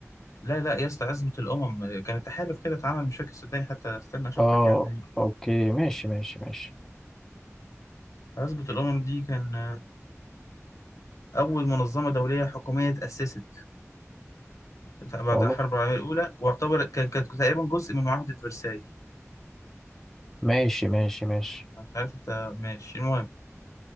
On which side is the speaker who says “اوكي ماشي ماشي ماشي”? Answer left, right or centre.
Centre